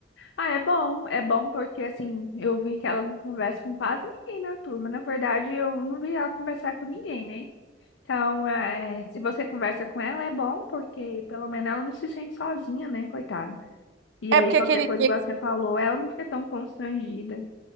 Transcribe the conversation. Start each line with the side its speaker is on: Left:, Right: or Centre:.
Left: Ah, é bom, é bom porque assim, eu vi que ela não conversa com quase ninguém na turma. Na verdade, eu não vi ela conversar com ninguém, né? Então, é, se você conversa com ela, é bom, porque pelo menos ela não se sente sozinha, né, coitada? E
Right: É
Left: aí,
Right: porque
Left: qualquer
Right: aquele
Left: coisa
Right: dia.
Left: que você falou, ela não fica tão constrangida.